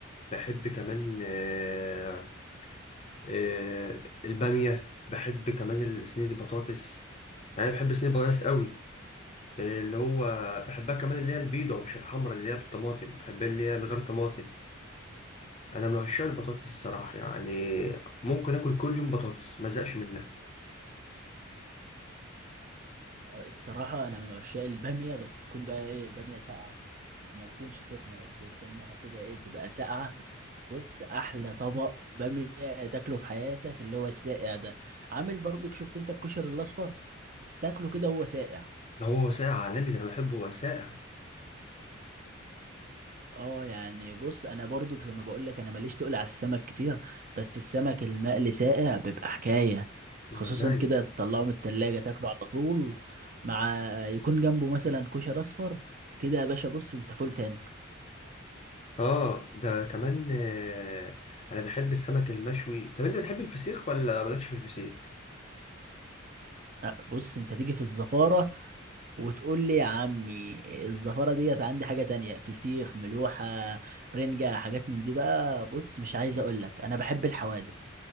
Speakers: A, on the left; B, on the right.
A: بحب كمان آه، آه، الباميه بحب كمان صينيه البطاطس يعني بحب صينيه البطاطس قوي آه، اللي هو بحبها كمان اللي هي البيضه مش الحمرا اللي هي بالطماطم بحبها اللي هي من غير طماطم انا من عشاق البطاطس الصراحه يعني ممكن اكل كل يوم بطاطس ما ازهقش منها
B: الصراحة أنا من عشاق البامية بس تكون بقى إيه بامية ساقعة ما تكونش سخنة تستناها كده إيه تبقى ساقعة بص أحلى طبق بامية تاكله في حياتك اللي هو الساقع ده عامل برضك شفت أنت الكشري الأصفر تاكله كده وهو ساقع
A: ده هو وثائق عالمي ده انا بحبه وثائق
B: اه يعني بص انا برضو زي ما بقول لك انا ماليش تقل على السمك كتير بس السمك المقلي ساقع بيبقى حكايه
A: بمزاج
B: خصوصا كده تطلعه من التلاجة تاكله على طول مع يكون جنبه مثلا كشر اصفر كده يا باشا بص انت فول تانك
A: اه ده كمان آه، انا بحب السمك المشوي طب انت بتحب الفسيخ ولا مالكش في الفسيخ
B: أه، بص انت تيجي في الزفاره وتقول لي يا عمي الزفاره ديت عندي حاجه تانية فسيخ ملوحه رنجه حاجات من دي بقى بص مش عايز اقول لك انا بحب الحوادق